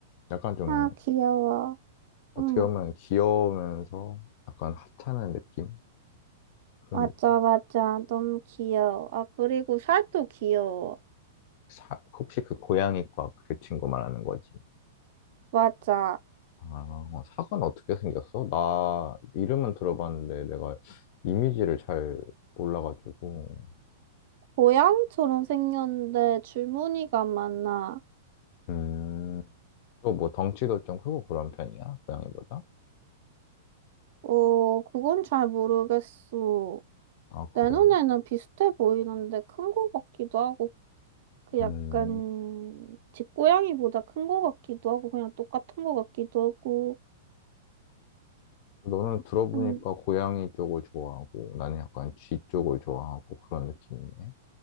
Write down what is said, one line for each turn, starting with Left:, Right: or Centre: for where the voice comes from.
Left: 약간 좀
Right: 아 귀여워.
Left: 어떻게
Right: 응
Left: 보면 귀여우면서 약간 하찮은 느낌? 그런
Right: 맞아
Left: 느낌.
Right: 맞아 너무 귀여워. 아 그리고 살도 귀여워.
Left: 사- 혹시 그 고양이과 그 친구 말하는 거지?
Right: 맞아
Left: 아, 어, 사과는 어떻게 생겼어? 나 이름은 들어봤는데 내가 이미지를 잘 몰라가지고.
Right: 고양이처럼 생겼는데 줄무늬가 많아.
Left: 음, 또 뭐 덩치도 좀 크고 그런 편이야? 고양이보다?
Right: 어 그건 잘 모르겠어.
Left: 아,
Right: 내
Left: 그래.
Right: 눈에는 비슷해 보이는데 큰 거 같기도 하고 그 약간
Left: 음,
Right: 집 고양이보다 큰 거 같기도 하고 그냥 똑같은 거 같기도 하고
Left: 그래. 너는 들어보니까
Right: 음,
Left: 고양이 쪽을 좋아하고 나는 약간 쥐 쪽을 좋아하고 그런 느낌이네.